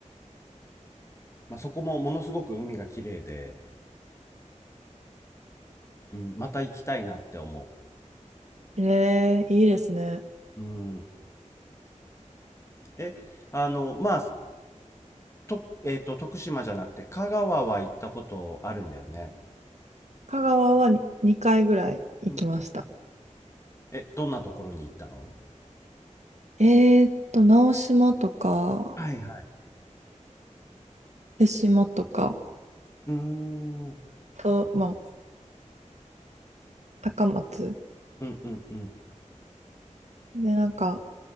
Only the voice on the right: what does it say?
えー、いいですね。
香川はに2回ぐらい行きました。
えーっと、直島とか、
手島とか、
と、まあ、高松。
で、なんか、